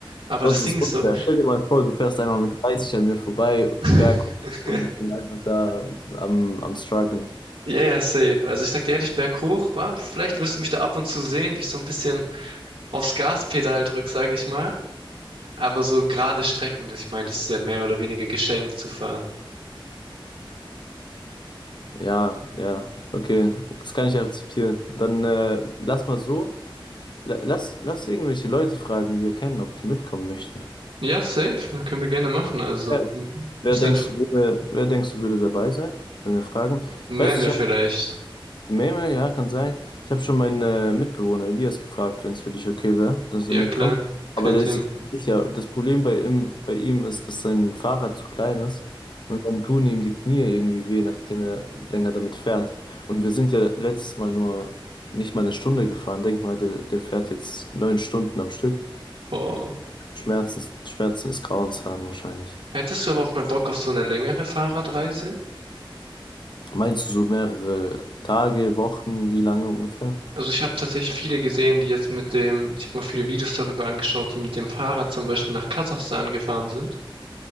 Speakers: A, on the right; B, on the left.
A: Aber
B: Sonst
A: das
B: ist
A: Ding
B: es unfair.
A: ist so.
B: Stell dir mal vor, du fährst einfach mit 30 an mir vorbei,
A: <laughs>
B: berg und ich bin einfach da am, am struggeln.
A: Ja, ja, safe. Also ich sag dir ehrlich, berghoch, wa? Vielleicht wirst du mich da ab und zu sehen, wie ich so ein bisschen aufs Gaspedal drück, sag ich mal. Aber so gerade Strecken, das, ich meine, das ist ja mehr oder weniger geschenkt zu fahren.
B: Ja, ja, okay. Das kann ich akzeptieren. Dann äh, lass mal so. La- Lass, lass irgendwelche Leute fragen, die wir kennen, ob die mitkommen möchten.
A: Ja, safe. Können wir gerne machen. Also,
B: Wer,
A: m-
B: wer
A: müssen
B: denkst
A: halt fr-
B: du würde, wer denkst du würde dabei sein, wenn wir fragen?
A: Memme
B: Ich weiß, ich
A: vielleicht.
B: Meme, ja, kann sein. Ich habe schon meinen äh, Mitbewohner Elias gefragt, wenn es für dich okay wäre, dass
A: Ja,
B: er mitkommt.
A: klar. Kein
B: Aber der
A: Thema.
B: ist sich nicht sicher. Das Problem bei ihm, bei ihm ist, dass sein Fahrrad zu klein ist und dann tun ihm die Knie irgendwie weh, nachdem er länger damit fährt. Und wir sind ja letztes Mal nur nicht mal eine Stunde gefahren. Denk mal, der, der fährt jetzt neun Stunden am Stück.
A: Boah.
B: Schmerzen, Schmerzen ist Grauenshaben wahrscheinlich.
A: Hättest du aber auch mal Bock auf so eine längere Fahrradreise?
B: Meinst du so mehrere Tage, Wochen, wie lange ungefähr?
A: Also ich habe tatsächlich viele gesehen, die jetzt mit dem, ich habe mir auch viele Videos darüber angeschaut, die mit dem Fahrrad zum Beispiel nach Kasachstan gefahren sind.